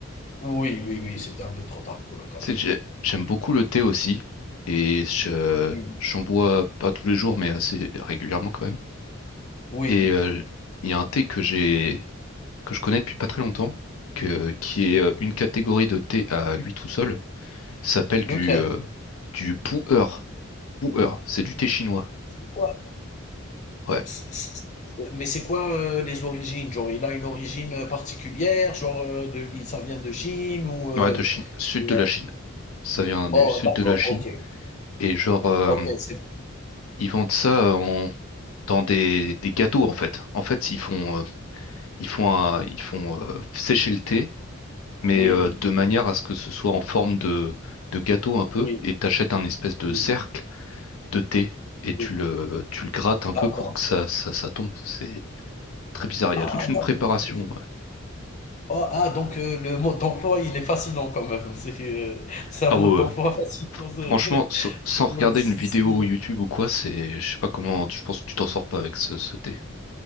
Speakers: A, on the left; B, on the left.
A: oui, oui, oui, c'était un peu trop tard pour le café.
B: Tu sais, j'ai- j'aime beaucoup le thé aussi et je
A: Oui,
B: j'en bois pas tous les jours mais assez régulièrement quand même.
A: oui.
B: Et euh, il y a un thé que j'ai que je connais depuis pas très longtemps que qui est euh, une catégorie de thé à lui tout seul. Ça s'appelle
A: Lequel?
B: du euh, du pu'er. Pu'er, c'est du thé chinois.
A: C'est quoi?
B: Ouais,
A: C c mais c'est quoi, heu, les origines? Genre, il a une origine, heu, particulière? Genre, heu, de i ça vient de Chine ou heu,
B: ouais, de Chine, sud
A: c'est, heu
B: de la Chine. Ça vient du
A: oh
B: sud
A: d'accord,
B: de la Chine.
A: OK,
B: Et genre, euh,
A: OK, c'est
B: ils vendent ça euh, en- dans des, des gâteaux en fait. En fait, ils font, euh, ils font, un- ils font euh, sécher le thé, mais
A: Oui,
B: euh, de manière à ce que ce soit en forme de, de gâteau un peu.
A: oui,
B: Et t'achètes un espèce de
A: oui,
B: cercle de thé et tu
A: oui.
B: le, tu le grattes un
A: D'accord.
B: peu pour que ça, ça, ça tombe. C'est très bizarre. Il
A: Ah
B: y a toute une
A: d'accord,
B: préparation.
A: OK. Oh, ah donc heu, le mode d'emploi, il est fascinant quand même. <laughs> C'est, heu, c'est un
B: Ah
A: mode
B: ouais,
A: d'emploi
B: ouais.
A: fascinant ce
B: Franchement,
A: <laughs>
B: sans sans regarder
A: ouais, c'est
B: une vidéo
A: stylé.
B: YouTube ou quoi, c'est, je sais pas comment, je pense que tu t'en sors pas avec ce, ce thé.